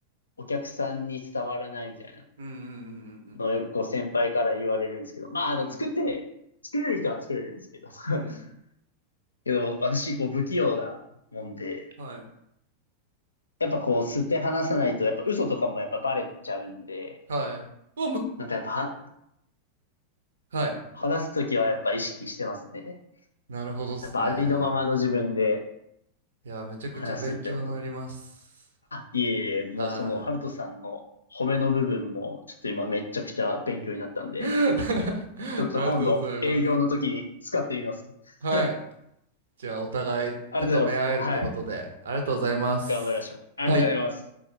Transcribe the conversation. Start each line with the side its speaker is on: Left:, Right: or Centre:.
Left: お客さんに伝わらないみたいな
Right: うんうんうんうん
Left: のをよくこう先輩から言われるんですけど、まあ、あの、
Right: うんうん。
Left: 作って、作れる人は作れるんですけど、<laughs>
Right: うん。うん
Left: けど、私、こう、不器用なもんで、
Right: はい。
Left: やっぱこう、素で話さないと、やっぱ嘘とかもやっぱバレちゃうんで、
Right: はい。うわ、む、
Left: なんかやっぱは、
Right: はい。
Left: 話すときはやっぱ意識してますね。
Right: なるほどっすね。
Left: やっぱありのままの自分で
Right: いや、めちゃくちゃ勉強になります。
Left: 話すってことだ。いえいえ、もうその、
Right: は
Left: ハルトさんの褒めの部分も、ちょっと今めちゃくちゃ勉強になったんで、
Right: い。<laughs>
Left: ちょっと今度、
Right: ありがとうございます。
Left: 営業の時に使ってみます。
Right: はい。
Left: <laughs> はい。
Right: じゃあ、お互い高め合えるってことで、
Left: ありがとうございます。はい。
Right: ありがとうございます。
Left: 頑張りましょう。ありがとうございます。
Right: はい。